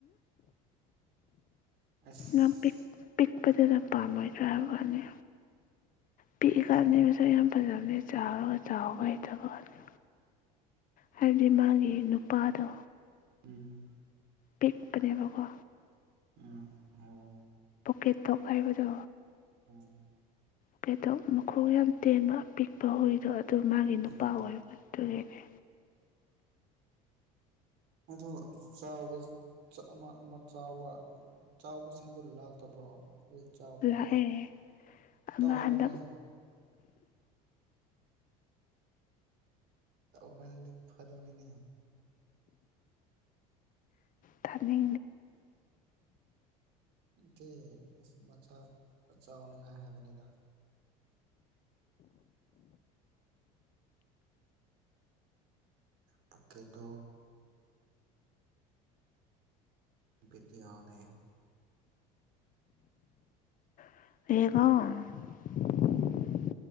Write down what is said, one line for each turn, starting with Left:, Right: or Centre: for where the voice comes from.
Right: ꯑꯁ
Left: ꯎꯝ ꯄꯤ ꯄꯤ ꯄꯤꯛꯄꯗꯨꯗ ꯄꯥꯝꯃꯣꯏꯗ꯭ꯔꯥ ꯍꯥꯏꯕ ꯋꯥꯅꯤ ꯄꯤꯛꯏ ꯀꯥꯟꯅꯤ ꯃꯁꯛ ꯌꯥꯝ ꯐꯖꯕꯅꯦ ꯆꯥꯈ꯭ꯔꯒ ꯆꯥꯎꯕ ꯍꯩꯇꯕ ꯋꯥꯅꯤ ꯍꯥꯏꯕꯗꯤ ꯃꯥꯒꯤ ꯅꯨꯄꯥꯗꯣ
Right: ꯎꯝ
Left: ꯄꯤꯛꯄꯅꯦꯕꯒꯣ
Right: ꯎ ꯑꯣ
Left: ꯑꯣꯀꯦ ꯇꯣꯛ ꯍꯥꯏꯕꯗꯣ
Right: ꯎꯝ
Left: ꯀꯩꯗꯧ ꯃꯈꯣꯡ ꯌꯥꯝ ꯇꯦꯟꯕ ꯄꯤꯛꯄ ꯍꯨꯏꯗꯣ ꯑꯗꯨ ꯃꯥꯒꯤ ꯅꯨꯄꯥ
Right: ꯎꯝ
Left: ꯑꯣꯏꯕ ꯑꯗꯨꯒꯤꯅꯦ
Right: ꯑꯗꯨ ꯆꯥꯎꯕ ꯑꯃ ꯑꯃ ꯆꯥꯎꯕ ꯆꯥꯎꯕꯁꯤꯡꯗꯨ ꯂꯥꯛꯇꯕ꯭ꯔꯣ ꯍꯧꯖꯤꯛ ꯆꯥꯎꯕꯗ
Left: ꯂꯥꯛꯑꯦ ꯑꯃ
Right: ꯇꯧꯍꯜꯂꯨꯅꯦ
Left: ꯍꯟꯗꯛ
Right: ꯐꯗꯤ ꯐꯗꯣꯅꯤꯅꯦ
Left: ꯊꯗꯦ
Right: ꯀ ꯃꯆꯥ ꯆꯥꯎꯅꯤꯡꯉꯥꯏ ꯍꯥꯏꯕꯅꯦꯗ ꯄꯣꯛꯀꯦ ꯇ ꯎꯗꯤꯅꯦ
Left: ꯍꯦꯒꯣ